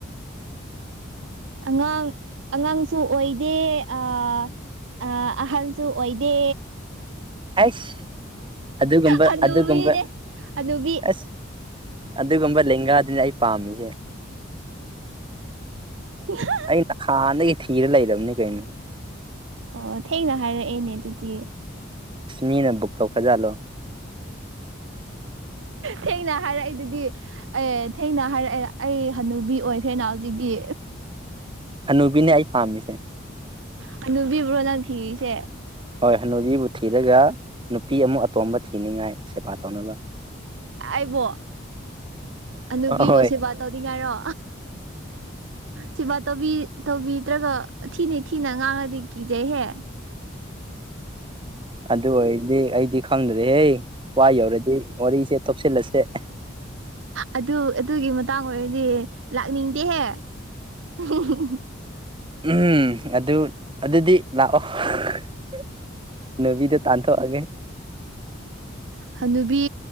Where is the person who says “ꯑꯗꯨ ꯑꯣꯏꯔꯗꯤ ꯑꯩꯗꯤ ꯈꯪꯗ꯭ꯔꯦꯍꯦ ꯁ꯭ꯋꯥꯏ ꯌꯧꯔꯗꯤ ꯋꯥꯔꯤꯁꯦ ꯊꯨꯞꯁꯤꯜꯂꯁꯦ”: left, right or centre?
Right